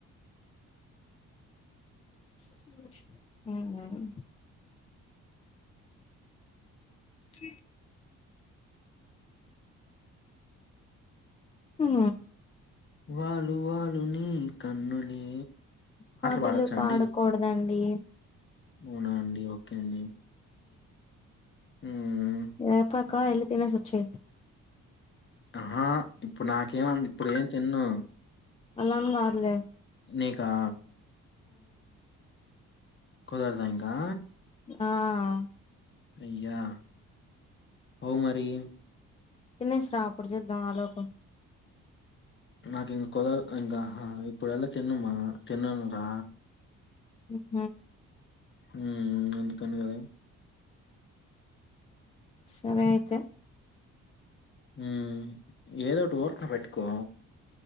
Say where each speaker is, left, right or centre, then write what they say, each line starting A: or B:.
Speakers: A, on the left (about 20°); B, on the left (about 35°).
A: ఉ స హు
B: వాలు వాలు నీ కన్నులే
A: పాటలు
B: పాడొచ్చా
A: పాడకూడదండీ
B: అండి? అవునా అండి ఒక్కే అండి హ్మ్.
A: ఆ యాపకాయలు తిని సచ్చే
B: ఆహా ఇప్పుడు నాకేమ ఇప్పుడెం తిన్నూ
A: అలాన్గాదులే
B: నీకా కుదర్దా ఇంకా
A: ఆ
B: అయ్యా ఔ మరీ
A: తినేసిరా అప్పుడు చూద్దాం ఆలోపు
B: నాకెందుకో ఇంకా హ ఇప్పుడు ఎలా తిన్నమా తిననురా
A: ఉహు
B: ఉమ్మ్ అందుకని గదా
A: సరే అయితే
B: మ్మ్ ఏదోటి ఓర్క్న పెట్టుకో